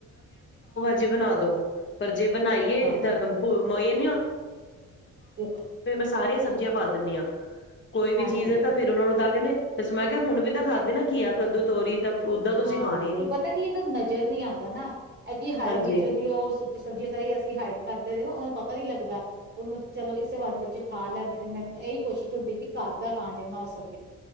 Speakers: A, on the left (about 40°); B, on the right (about 35°).
A: ਜੀ ਬਣਾ ਦੋ ਪਰ ਜੇ ਬਣਾਈਏ
B: ਹਾਂ
A: ਤਾਂ ਮੋਏ <inaudible> <inaudible>
B: ਉਹ
A: ਸਾਰੀਆਂ ਸਬਜ਼ੀਆਂ ਪਾ ਦਿਨੀਂ ਆ ਕੋਈ ਵੀ
B: ਹਾਂਜੀ
A: ਚੀਜ਼ ਹੈ
B: ਹਾਂਜੀ
A: ਤਾਂ ਫੇਿਰ ਉਹਨਾ ਨੂੰ ਤਾਂ ਕਹਿੰਦੇ ਤੇ ਮੈਂ ਕਿਹਾ ਹੁਣ ਵੀ ਤਾਂ ਖਾਧੀ ਨਾ ਕੀਆ ਕੱਦੂ ਤੋਰੀ ਤਾਂ ਓਦਾਂ ਤੁਸੀਂ
B: ਹਾਂ
A: ਖਾਣੀ ਨੀ।
B: ਉਹ ਪਤਾ ਕੀ ਇਹਦਾ ਨਜ਼ਰ ਨਹੀਂੀ ਆਉਂਦਾ ਨਾ ਇਥ ਹ
A: ਹਾਂਜੀ,
B: ਵਿੱਚੋਂ ਦੀ ਉਹ ਸਬਜ਼ੀਆਂ ਸਾਰੀ ਅਸੀਂ ਹਾਈਟ ਕਰਦੇ ਨੇ ਉਹ ਨੂੰ ਪਤਾ ਪਤਾ ਨ ਲੱਗਦਾ ਉਹ ਚਲੋ ਇਸੇ ਬੰਦ ਵਿੱਚ ਖਾ ਲੈਂਦੇ ਨੇ ਮੈਂ ਇਹੀ ਕੋਸ਼ਿਸ਼ ਹੁੰਦੀ ਕਿ ਘਾਰ ਦਾ ਜਿੰਨਾ ਹੋ ਸਕੇ